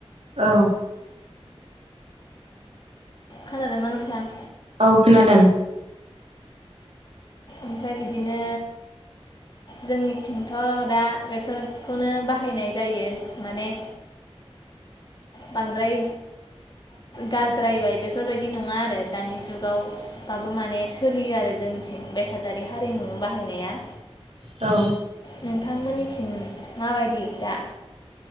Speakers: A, on the right; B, on the left.
A: औ
B: खोनादों ना नोंथां?
A: औ खोनादों।
B: ओमफ्राय बिदिनो जोंनिथिंथ' दा बेफोरखौनो बाहायनाय जायो माने बांद्राय गारद्रायबाय बेफोरबायदि नङा आरो दानि जुगाव दाबो माने सोलियो आरो जोंनिथिं बेसादारि हारिमु बाहायनाया।
A: औ
B: नोंथांमोननिथिं माबायदि दा?